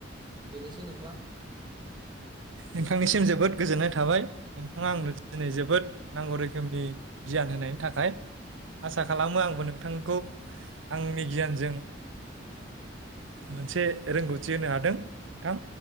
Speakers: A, on the right; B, on the right.
A: बेनोसै दि नोंथां
B: नोंथांनिसिम जोबोद गोजोननाय थाबाय नोंथाङा आंनो दिनै जोबोद नांगौ रोखोमनि गियान होनायनि थाखाय आसा खालामो आंबो नोंथांखौ आंनि गियानजों मोनसे रोंगौथि होनो हादों नोंथां